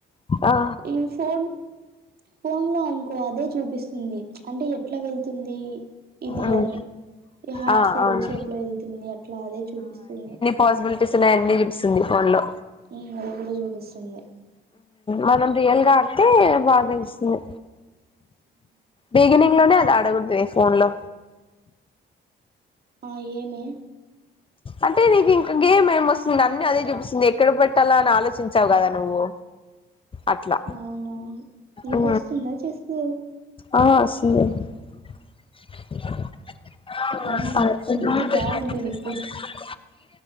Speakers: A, on the left (about 25°); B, on the right (about 50°).
A: ఆ
B: ఈ ఫోన్ ఫోను లో అనుకో అదే చూపిస్తుంది. అంటే ఎట్లా వెళ్తుందీ ఇది
A: ఉమ్
B: అని. ఈ హార్స్
A: ఆ
B: ఎల్షేప్లో
A: అవును
B: ఎళ్తుంది అట్లా అదే చూపిస్తుంది.
A: పాసిబులిటీస్ ఉన్నాయన్ని చూపిస్తుంది ఫోన్ లో.
B: ఈ <unintelligible> గూడా చూపిస్తుంది.
A: మనం రియల్ గా ఆడితే బాగా తెలుస్తుంది. బిగినింగ్ లోనే అది ఆడకూడదువే ఫోన్ లో
B: ఆ ఏమే
A: అంటే నీకు ఇంకా గేమ్ ఏం వస్తుంది అన్నీ అదే చూపిస్తుంది ఎక్కడ పెట్టాలా అని ఆలోచించావు గదా నువ్వు. అట్లా
B: అవునవును నీకు
A: ఊ
B: వస్తుందా చేస్తూ
A: ఆ వస్తుందే <inaudible>
B: అవునులే బుద్ధి బాగుంది నీకు